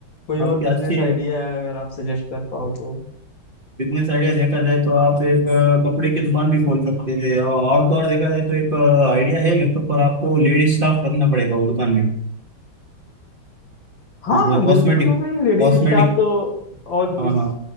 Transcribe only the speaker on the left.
कोई
और बिजनेस
आइडिया है अगर आप सजेस्ट कर पाओ तो
हाँ
बिल्कुल क्यों नहीं लेडीज
स्टाफ तो और
बिस